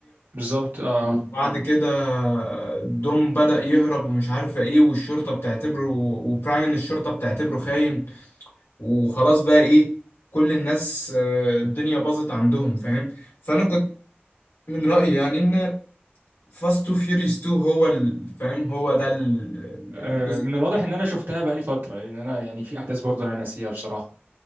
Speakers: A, on the right (about 60°); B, on the left (about 75°).
A: بالظبط اه
B: وبعد كده دوم بدأ يهرب ومش عارفة ايه والشرطة بتعتبره وبراين الشرطة بتعتبره خاين وخلاص بقى ايه كل الناس آه، الدنيا باظت عندهم فاهم فأنا كنت من رأيي يعني ان فاست تو فيوريوس 2 هو ال- فاهم هو ده ال-
A: آه،
B: الجزء
A: من
B: الثاني
A: الواضح ان انا شفتها بقالي فتره لان انا يعني في احداث برضه انا ناسيها بصراحه